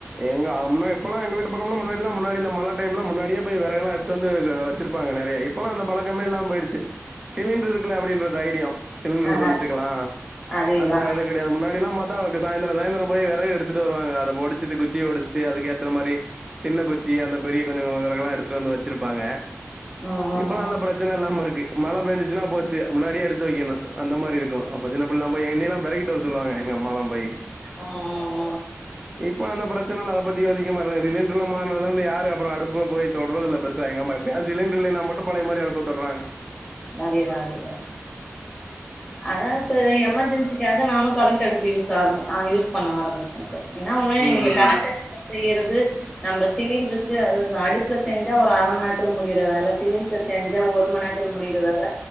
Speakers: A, on the right; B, in the centre.
A: எங்க அம்மா இப்பெல்லா எங்க வீட்டு பக்கம்லா முன்னாடி எல்லாம் முன்னாடி இந்த மழ டைம்லா முன்னாடியே போய் வெறகு எல்லா எடுத்து வந்து வெச்சுருப்பாங்க நெறைய இப்பெல்லா அந்த பழக்கமேல்லாம போயிருச்சு சிலெண்டர் இருக்குல அப்டின்ற தைரியோ சிலெண்டர்ல
B: ஆ
A: சமச்சுக்கலா
B: அதேதா
A: அந்த இதுக்கு முன்னாடி எல்லாம் பாத்தா சாயிந்துரோ சாயிந்துரோ போய் வெறகு எடுத் துட்டு வருவாங்க அத பொடிச்சுட்டு குச்சிய ஒடுச்சுட்டு அதுக்கேத் இந்த மாரி சின்ன குச்சி அந்த பெரிய கொஞ்சோ வெறகெல்லா எடுத்துட்டு வந்து வெச்சுருப்பாங்க
B: ம் ம்
A: இப்பல்லா எல்லா பிரச்சன இல்லாம இருக்கு மழ பேஞ்சுச்சுன்னா போச்சு முன்னாடியே எடுத்து வெக்கணு அந்த மாரி இருக்கு அப்போ சின்ன புள்ளைளாம் போயி என்னெயில்லாம் பெருக்கிட்டு வரச் சொல்வாங்க எங்க அம்மால்லாம் போயி
B: ம் ம் ம்
A: இப்போ அந்த பிரச்சனல்ல அத பத் தியோசிக்க மாட்றாங்க சிலிண்டர்ல மாறுனதுலந்து யாரு அப்றொ அடுப்பு போய் தொட்றதில்ல பெருசா எங்கம்மா எப்பயாது சிலிண்டர் இல்லைனா மட்டு பழய மாரி அடுப்ப தொட்றாங்க
B: அதேதா அதேதா அதா இப்ப எமர்ஜென்சிக்காக நானு கரண்ட் அடுப்பு யூஸ் ஆர ஆ யூஸ் பண்ண ஆரமிச்சாச்சு என்னா ஒன்னு
A: ம்
B: இந்த கரன்ட்
A: ம்
B: அடுப்புல செய்யறது நம்ப சிலிண்ட்ருக்கு அத அடுப்புல செஞ்சா ஒரு அர மண் நேரத்துல முடியிற வேல சிலிண்ட்ரு செஞ்சா ஒரு மண்நேரத்துல முடியு ல